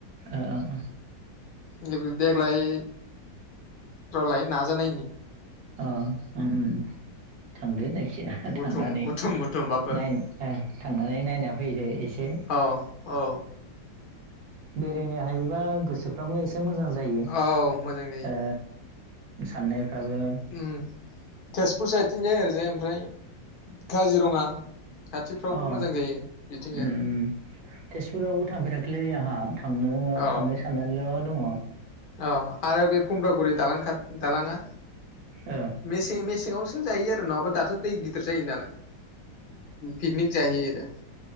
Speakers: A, on the right; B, on the left.
A: ओ ओ ओ
B: नैबे देगलाय रलाय नाजानायनि
A: अ उम <inaudible> थांदो जायखिजाया
B: बुथुम
A: थांनानै
B: बुथुम बुथुमबाबो
A: नाय थांनानै नायना फैयैदो एसे
B: औ औ
A: बेरायनो हायोबा गोसोफ्राबो एसे से मोजां जायो
B: औ मोजां जायो
A: ओ साननायफ्राबो
B: ओम तेजपुर साइदथिंजाय आरैहाय ओमफ्राय काजिरङा खाथिफ्रावबो
A: अ
B: मोजां
A: ओम
B: जायो बिथिंजाय
A: ओम तेजपुरावबो थांफेराखैलै आंहा थांनो
B: औ
A: थांनो साननानैल' दङ
B: औ आरो बे फुमब्रागुरि दालां खाथ दालांङा
A: अ
B: मेसें मेस सिङावसो जायो आरो नङाबा दाथ' दै गिदिर जायो नालाय पिकनिक जायो दा